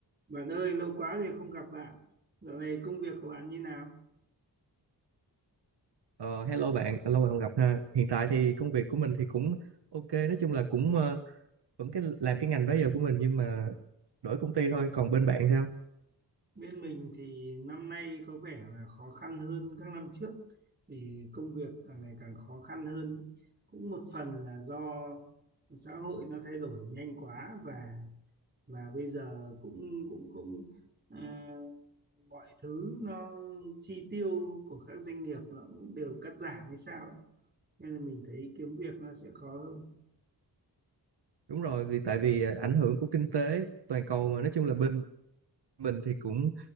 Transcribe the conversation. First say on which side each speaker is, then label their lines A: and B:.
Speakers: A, on the right; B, on the right.
A: Bạn ơi, lâu quá rồi không gặp bạn. Dạo này công việc của bạn như nào?
B: Ờ, hello bạn, lâu rồi không gặp ha. Hiện tại thì công việc của mình thì cũng ok, nói chung là cũng ờ, vẫn cái làm cái ngành đó giờ của mình nhưng mà đổi công ty thôi. Còn bên bạn sao?
A: Bên mình thì năm nay có vẻ là khó khăn hơn các năm trước vì công việc càng ngày càng khó khăn hơn. Cũng một phần là do xã hội nó thay đổi nhanh quá và và bây giờ cũng cũng cũng à, mọi thứ nó chi tiêu của các doanh nghiệp nó cũng đều cắt giảm hay sao ấy. Nên là mình thấy kiếm việc nó sẽ khó hơn.
B: Đúng rồi, vì tại vì ờ, ảnh hưởng của kinh tế toàn cầu mà nói chung là bên mình thì cũng